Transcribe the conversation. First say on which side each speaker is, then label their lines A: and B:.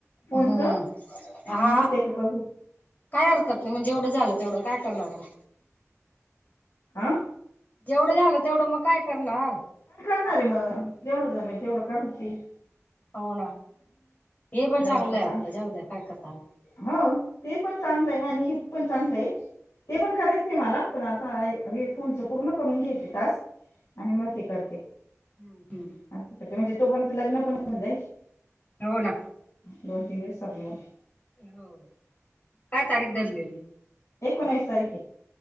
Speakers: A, on the left; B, on the left.
A: फोनच
B: हम्म
A: आणि
B: हा.
A: मग ते बघू
B: काय हरकत नाही म्हणजे एवढं झालं तेवढं काय करणार म
A: आं
B: जेवढं झालं तेवढं मग काय करणार.
A: करणारे मग जवढं जमेल तेवढं करती
B: हो ना हे पण
A: घरातले
B: चांगलंय
A: काम
B: आपलं जाऊद्या काय करता
A: हो ते पण चांगलं आहे आणि हे पण चांगलं आहे ते पण करायचंय मला पण आता फोनच पूर्ण करून घेते टास्क. आणि मग ते करते
B: हम्म
A: करते म्हणजे तो पण लग्न पण होऊन जाईल.
B: हो ना
A: दोन तीन दिवसात मग
B: हो काय तारीख धरलेली.
A: एकोनावीस तारीख हे